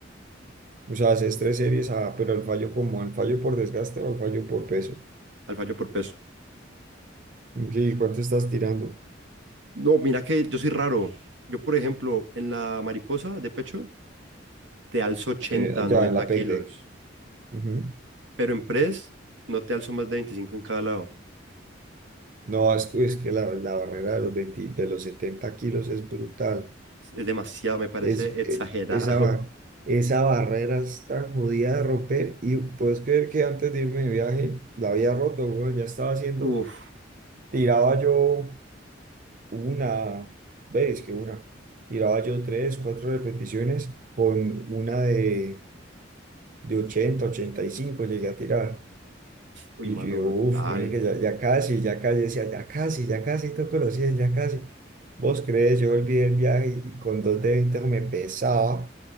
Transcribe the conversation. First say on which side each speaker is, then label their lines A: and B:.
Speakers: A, on the right (about 45°); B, on the right (about 75°).
A: O sea, haces tres series, ah, pero el fallo como, el fallo por desgaste o el fallo por peso.
B: al fallo por peso.
A: Ok, ¿Y cuánto estás tirando?
B: No, mira que yo soy raro. Yo, por ejemplo, en la mariposa de pecho, te alzo 80,
A: Eh, ya
B: 90
A: en la peg
B: kilos,
A: deck. Ujú.
B: pero en press no te alzo más de 25 en cada lado.
A: No, es, que es que la, la barrera de los 20 de los 70 kilos es brutal.
B: Es demasiado, me parece
A: Es,
B: exagerado.
A: eh, esa, ba- esa barrera es tan jodida de romper. Y puedes creer que antes de irme de viaje la había roto, weón, ya estaba haciendo,
B: <laughs> Uf,
A: tiraba yo. una vez que una, tiraba yo tres, cuatro repeticiones con una de, de ochenta ochenta y cinco llegué a tirar.
B: uy,
A: Y
B: mano,
A: yo,
B: brutal.
A: uff, ya, ya casi, ya casi, decía, ya casi, ya casi toco los 100, ya casi. Vos crees, yo olvidé el viaje y, y con dos de 20 me pesaba,